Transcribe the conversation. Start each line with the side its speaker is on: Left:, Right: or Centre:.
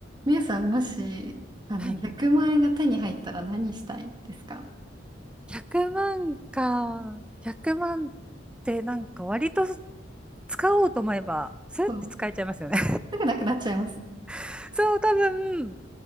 Right: みゆさん、もし、あの、
Centre: はい。
Right: 100万円が手に入ったら何したいですか
Centre: 100万か。100万ってなんか割と使おうと思えば、スッて使えちゃいますよね
Right: そう。すぐなくなっちゃいます。
Centre: <laughs> そう、多分、